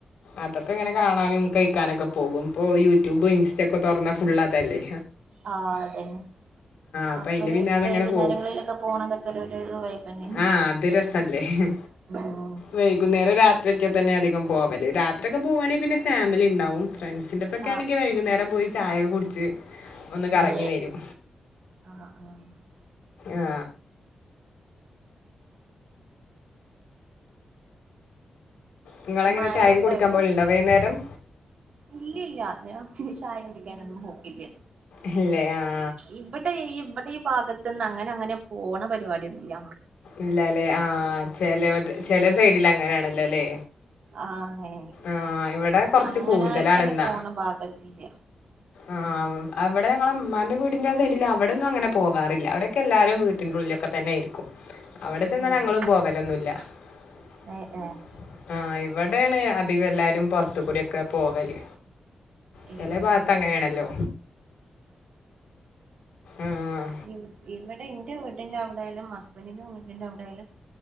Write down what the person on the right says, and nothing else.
ആ അതന്നെ
അപ്പൊര്
വൈകുന്നേരങ്ങളിലൊക്കെ
പോണതൊക്കെ ഒരു ഒര് വൈബ് തന്നെയാണ്
ഉം
ആഹ്
ഉം
ആഹ് ആഹ്
മഴണ്ടാവ
ഇല്ലല്ല ഞാൻ യ്ക്ക് ചായ കുടിക്കാനൊന്നും പോക്കില്ല
ഇവിടെ ഇവിടെ ഈ ഭാഗത്ത്‌ന്ന് അങ്ങനെ അങ്ങനെ പോണ പരിപാടിയന്നുല്ല
ആഹ് അങ്ങനെയാണ്
അങ്ങനായിട്ടണ്ട്
പോണ ഭാഗത്തില്ല
ഉം
ഏഹ് ഏഹ്
ഏഹ്
ഇ ഇവിടെ ഇന്റെ വീടിന്റെ അവിടെ യാലും ഹസ്ബൻഡറിന്റെ വീട്ടിന്റെ അവിടൊയാലും